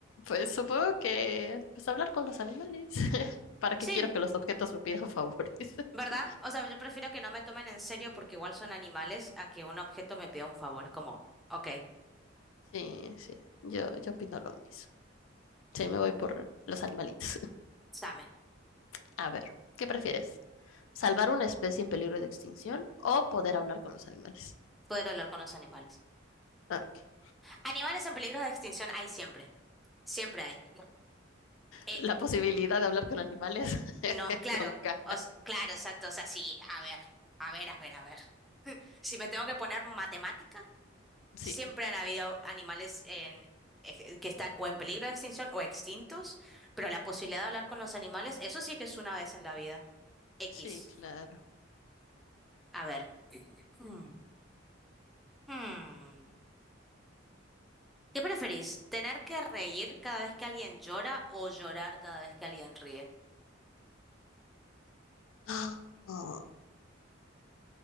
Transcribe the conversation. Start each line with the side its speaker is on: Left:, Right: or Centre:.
Left: pues supongo que pues hablar con los animales. <laughs> ¿Para qué
Centre: Sí,
Left: quiero que los objetos me pidan favores? <laughs>
Centre: ¿verdad? O sea, yo prefiero que no me tomen en serio porque igual son animales a que un objeto me pida un favor. Es como, ok,
Left: Sí, sí, yo, yo opino lo mismo. Sí, me voy por los animalitos.
Centre: dame,
Left: <laughs> A ver, ¿qué prefieres? ¿Salvar una especie en peligro de extinción o poder hablar con los animales?
Centre: poder hablar con los animales.
Left: Ok.
Centre: Animales en peligro de extinción hay siempre. Siempre hay. Eh,
Left: La posibilidad de hablar con animales, <laughs>
Centre: no, claro.
Left: nunca.
Centre: O s- claro, exacto. O sea, sí, a ver, a ver, a ver, a ver. Si me tengo que poner matemática.
Left: Sí,
Centre: Siempre han habido animales en, ej- que están o en peligro de extinción o extintos, pero la posibilidad de hablar con los animales, eso sí que es una vez en la vida. X.
Left: sí, claro.
Centre: A ver. Hmm. Hmm. ¿Qué preferís? ¿Tener que reír cada vez que alguien llora o llorar cada vez que alguien ríe?
Left: <gasps>